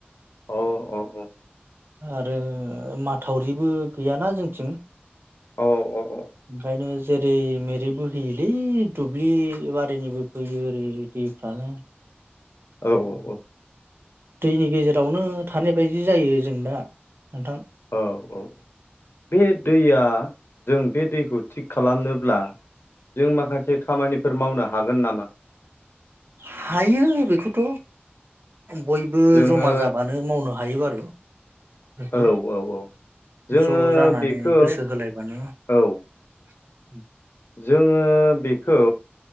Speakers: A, on the left; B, on the right.
A: अ अ अ
B: आरो माथावरिबो गैयाना जोंथिं।
A: अ अ अ
B: ओंखायनो जेरै मेरै बोहोयोलै दुब्लि बारिनिबो फैयो ओरै दैफ्रानो।
A: औ औ औ
B: दैनि गेजेरावनो थानाय बायदि जायो जों दा नोंथां।
A: औ औ बे दैया जों बे दैखौ थिग खालामनोब्ला जों माखासे खामानिफोर मावनो हागोन नामा?
B: हायो बेखौथ' बयबो
A: जोङो
B: ज'मा जाबानो मावनो हायो बारु। बेखौ
A: हेलौ औ औ जोङो
B: ज' जानानै
A: बेखौ
B: गोसो होलायबानो
A: औ
B: <inaudible>
A: जोङो बेखौ